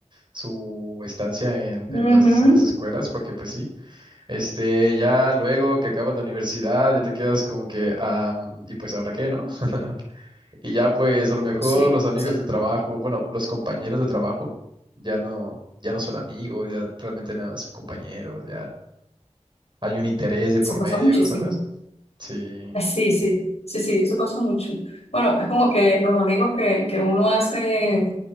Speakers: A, on the right; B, on the left.
A: su estancia en, en
B: Ujú,
A: las, en las escuelas, porque pues sí, este, ya luego que acabas la universidad, ya te quedas como que, ah, mm, y pues ahora qué, ¿no? <laughs> Y ya pues a lo mejor
B: Sí,
A: los amigos
B: exacto.
A: del trabajo, bueno, los compañeros de trabajo, ya no, ya no son amigos, ya realmente nada más son compañeros, ya Hay un interés de
B: Eso
A: por
B: pasa
A: medio,
B: muchísimo.
A: ¿sabes? Sí,
B: Ay, Sí, sí, sí, sí, eso pasa mucho. Bueno, es como que los amigos que, que uno hace,